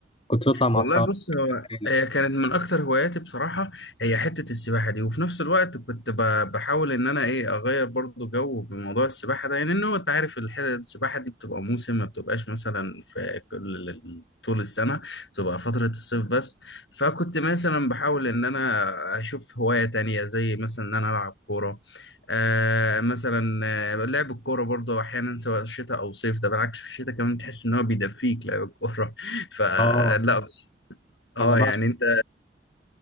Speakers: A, on the left; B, on the left.
A: كنت تطلع مع
B: والله
A: اصحابك
B: بص هو
A: يعني
B: هي كانت من اكتر هواياتي بصراحه هي حته السباحه دي وفي نفس الوقت كنت ب- بحاول ان انا ايه اغير برضو جو بموضوع السباحه ده يعني انه انت عارف الح- السباحه دي بتبقى موسم ما بتبقاش مثلا في كل ال- طول السنه بتبقى فتره الصيف بس فكنت مثلا بحاول ان انا اشوف هوايه تانية زي مثلا ان انا العب كوره آه مثلا آه، لعب الكوره برضو احيانا سواء شتاء او صيف ده بالعكس في الشتاء كمان تحس ان هو بيدفيك لعب الكوره <laughs> فلا
A: اه
B: اه
A: انا بعشق
B: يعني انت